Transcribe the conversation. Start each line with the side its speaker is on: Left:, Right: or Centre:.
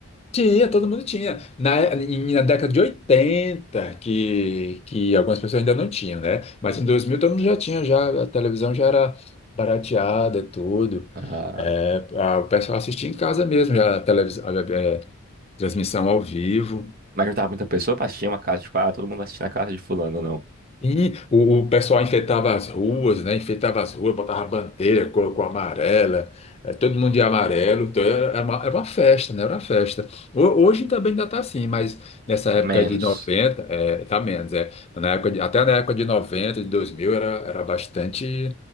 Left: tinha, todo mundo tinha. Na, em- na década de 80 que, que algumas pessoas ainda não tinham, né? Mas em 2000 todo mundo já tinha, já, a televisão já era barateada, tudo.
Right: Ah,
Left: É, a- o pessoal assistia em casa mesmo, já a televisão, a- é, transmissão ao vivo.
Right: mas juntava muita pessoa pra assistir uma casa, tipo, ah, todo mundo assistia na casa de fulano, não.
Left: E o, o pessoal enfeitava as ruas, né? Enfeitava as ruas, botava bandeira, colocou amarela, eh, todo mundo de amarelo. Então era era uma, era uma festa, né? Era uma festa. Ho- Hoje também ainda está assim, mas nessa
Right: Menos.
Left: época de 90, é, tá menos, é. Mas Na época de- até na época de 90, de 2000, era, era bastante,